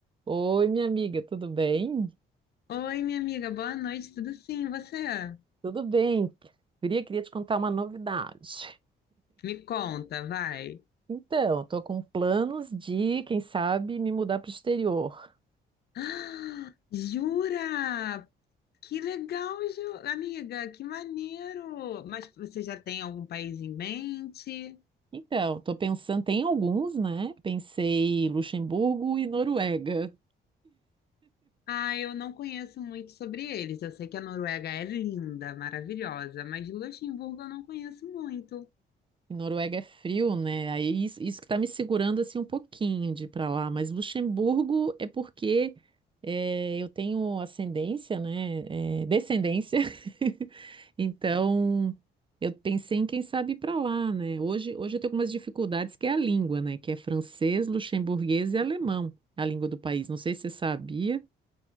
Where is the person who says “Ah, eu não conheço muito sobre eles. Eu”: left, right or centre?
Left